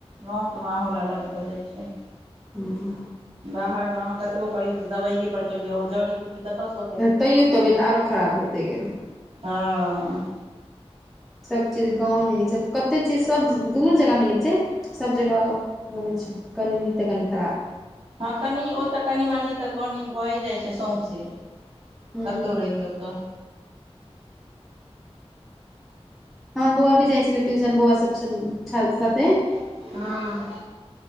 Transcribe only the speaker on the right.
गाँवके माहौल अलग भजाइ छै।
बाहरमे अहाँ कतबो करियौ त दबाइए पर चलियौ जड़ी बूटी इ कतस
हँ
हँ कनि ओ त कनि मनी त कनि भए जाइ छै, सौँसे
कतौ रहियो त,
हँ